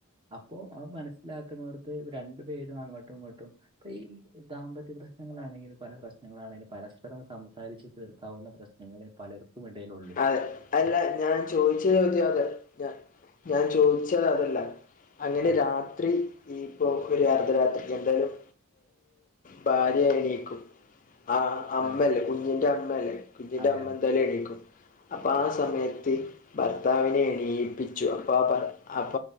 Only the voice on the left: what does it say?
അതെ അല്ല ഞാൻ ചോദിച്ച ചോദ്യ അത ഞ ഞാൻ ചോദിച്ചത് അതല്ല അങ്ങനെ
രാത്രി ഇയിപ്പോൾ ഒരു അർദ്ധരാത്രി എന്തായാലും ഭാര്യ എണീക്കും. ആഹ് അമ്മയല്ലേ
കുഞ്ഞിന്റെ അമ്മയല്ലേ കുഞ്ഞിന്റെ
അമ്മ
എന്തായാലും എണിക്കും. അപ്പ ആ സമയത്ത് ഭർത്താവിനെ എണീയിപ്പിച്ചു അപ്പൊ ആ അപ്പ